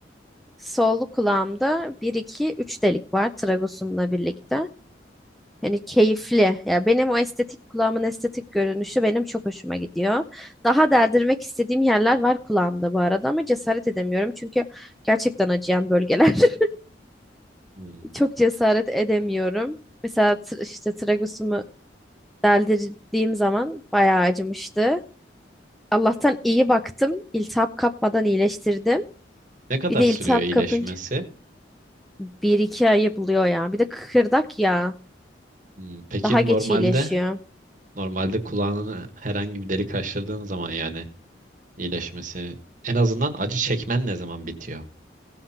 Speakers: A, in the centre; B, on the right.
A: Sol kulağımda bir 2 3 delik var tragosumla birlikte. Hani keyifli. Ya benim o estetik kulağımın estetik görünüşü benim çok hoşuma gidiyor. Daha deldirmek istediğim yerler var kulağımda bu arada ama cesaret edemiyorum. Çünkü gerçekten acıyan bölgeler. <laughs>
B: Hmm.
A: Çok cesaret edemiyorum. Mesela tr- işte tragosumu deldirdiğim zaman bayağı acımıştı. Allah'tan iyi baktım. İltihap kapmadan iyileştirdim.
B: Ne kadar
A: Bir de
B: sürüyor
A: iltihap
B: iyileşmesi?
A: kapınca bir iki ayı buluyor ya. Bir de kıkırdak ya.
B: Hmm. Peki
A: Daha geç
B: normalde
A: iyileşiyor.
B: normalde kulağını herhangi bir delik açtırdığın zaman yani iyileşmesi en azından acı çekmen ne zaman bitiyor?